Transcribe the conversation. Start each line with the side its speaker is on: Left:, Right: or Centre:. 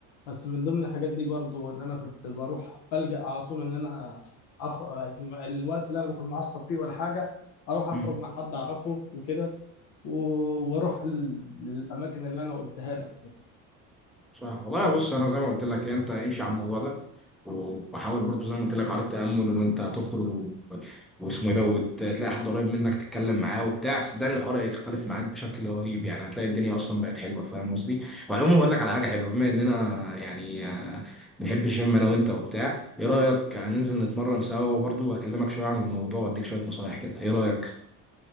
Left: بس من ضمن الحاجات دي برضو ان انا كنت بروح بلجأ على طول ان انا أخ... في الم- الوقت اللي انا بكون معصب فيه ولا حاجة اروح اخرج
Centre: مم.
Left: مع حد اعرفه وكده و- واروح لل- للاماكن اللي انا قلتها لك وكده
Centre: صح والله بص انا زي ما قلت لك انت امشي على الموضوع ده وحاول برضو زي ما قلت لك على التامل وان انت هتخرج و... واسمه ايه ده وتلاقي حد قريب منك تتكلم معاه وبتاع صدقني الحوار هيختلف معاك بشكل رهيب يعني هتلاقي الدنيا اصلا بقت حلوه فاهم قصدي وعموما هقول لك على حاجه حلوه بما اننا يعني آه، بنحب الجيم انا وانت وبتاع ايه رايك هننزل نتمرن سوا وبرضه واكلمك شويه عن الموضوع واديك شويه نصايح كده ايه رايك